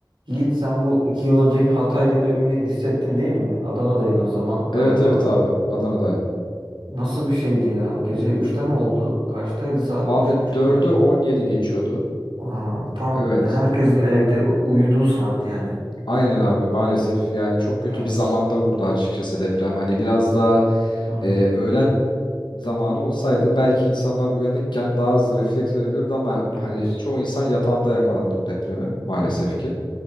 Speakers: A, on the right; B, on the left.
A: Yiğit sen bu iki yıl önceki Hatay depremini hissettin değil mi? Adana'daydın o zaman galiba.
B: Evet evet abi. Adana'daydım.
A: Nasıl bir şeydi ya? Gece üçte mi oldu? Kaçtaydı saat?
B: Abi
A: üç buçuk
B: dördü
A: muydu?
B: 17 geçiyordu.
A: Aa, tam
B: Evet.
A: ya herkesin evde uyuduğu saat yani.
B: Aynen abi maalesef. Yani çok kötü
A: Evet.
B: bir zamanda vurdu açıkçası deprem. Hani biraz daha
A: Hı,
B: e, öğlen zamanı olsaydı belki insanlar uyanıkken daha hızlı refleks verebilirdi ama
A: evet.
B: hani çoğu insan yatağında yakalandı bu depreme maalesef
A: Evet.
B: ki.